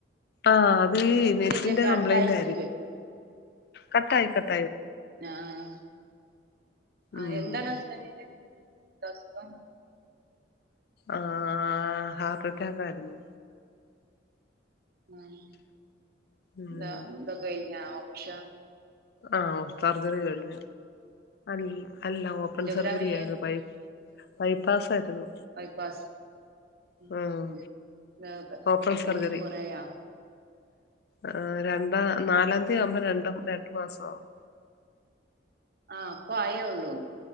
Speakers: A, on the left; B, on the right.
A: ആഹ് അത് നെറ്റിന്റെ
B: ഇല്ല കട്ടായിട്ട്
A: കംപ്ലയിന്റായിര്ക്കും.
B: കേട്ട്
A: കട്ടായി കട്ട
B: ആഹ്. ആഹ്
A: ഉം
B: എന്താണ് ഹസ്ബെന്റിന് അസുഖം?
A: ആഹ് ഹാർട്ട് അറ്റാക്കായിരുന്നു.
B: ഉം
A: ഉം
B: ന്താ ഇതൊക്കെഴിഞ്ഞൊ ഓപ്രഷം?
A: ആഹ് സർജറി കഴിഞ്ഞു. അല്ല അല്ല ഓപ്പൺ
B: അഞ്ചോഗ്രാം
A: സർജറിയായിര്ന്നു.
B: ചെയ്യേ
A: ബൈ ബൈപ്പാസായിര്ന്നു.
B: ബൈപാസ് ഉം
A: ആഹ്
B: എന്തേ ഏക്
A: ഓപ്പൺ സർജറി
B: കെയ്ഞ്ഞിട്ട് കൊറേയാ
A: ആഹ് രണ്ടാ നാലാംതി ആവുമ്പൊ രണ്ടും രണ്ട് മാസാവും
B: ആഹ് ഇപ്പൊ ആയേ ഉള്ളൂ.